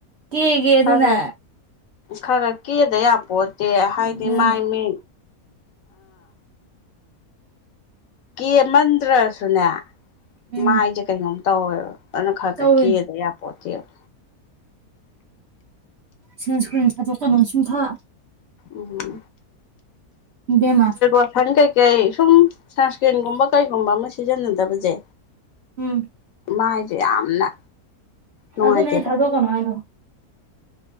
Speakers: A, on the right (about 60°); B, on the left (about 70°).
A: ꯀꯦꯒꯦ ꯑꯗꯨꯅ
B: ꯈꯒ ꯈꯒꯔ ꯀꯗ ꯄꯣꯠꯇꯤ ꯍꯥꯏꯗꯤ
A: ꯎꯝ
B: ꯃꯥꯏ ꯃꯤ ꯀꯦꯃꯟꯗ꯭ꯔꯁꯨꯅꯦ
A: ꯎꯝ
B: ꯃꯥꯏꯁꯦ ꯀꯩꯅꯣꯝ ꯇꯧꯋꯦꯕ ꯑꯗꯨꯅ ꯈꯔ
A: ꯇꯧꯋꯦ
B: ꯈ ꯀꯦꯑꯗ ꯌꯥꯄꯣꯠꯇꯦꯕ
A: ꯁꯦꯟ ꯁꯀ꯭ꯔꯤꯟ ꯊꯖꯠꯀ ꯅꯅꯨꯡꯁꯤꯡꯨꯡꯊꯥ
B: ꯎꯝ
A: ꯏꯕꯦꯝꯃ
B: ꯑ ꯁꯅꯤ ꯀꯩ ꯀꯦ ꯁꯨꯝ ꯁꯟꯁꯀ꯭ꯔꯤꯟꯒꯨꯝꯕ ꯀꯩꯒꯨꯝꯕ ꯑꯃ ꯁꯤꯖꯤꯟꯅꯗꯕꯁꯦ
A: ꯎꯝ
B: ꯃꯥꯏꯁꯦ ꯌꯥꯝꯅ ꯅꯨꯡꯉꯥꯏꯇꯦꯕ
A: ꯑꯗꯨꯅꯦ ꯑꯩ ꯊꯥꯗꯣꯛꯀꯅꯨ ꯍꯥꯏꯗꯣ